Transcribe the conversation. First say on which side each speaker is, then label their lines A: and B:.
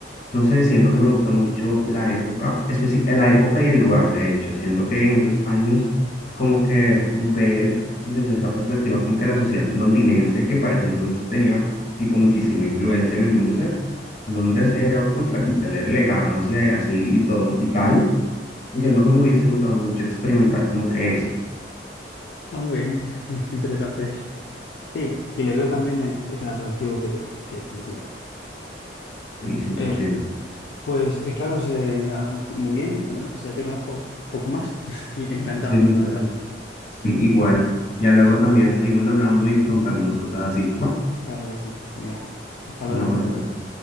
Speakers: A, on the left; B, on the left.
A: no sé, siento que me gusta mucho la época, especi- eh, la época y el lugar, de hecho, siento que en esos años como que ver desde esa perspectiva como que la sociedad londinense que para ese entonces tenía tipo muchísima influencia en el mundo, o sea, Londres era pues la capital de la elegancia y así y todo y tal, y siento que me hubiese gustado mucho experimentar como que eso,
B: Ah, muy bien, <laughs> interesante. Sí, y le veo también eh, es el atractivo que, te- que tendría.
A: sí, cien
B: Eh,
A: por ciento
B: pues eh, Carlos, eh, nada, muy bien, eh, o sea, ya te conozco un poco más. <laughs> Encantado,
A: Sí,
B: la
A: pues,
B: verdad.
A: sí, igual. Ya luego también seguimos hablando y preguntándonos cosas así.
B: Claro que sí. Venga, hasta luego
A: Bueno,
B: entonces.
A: pues ahora.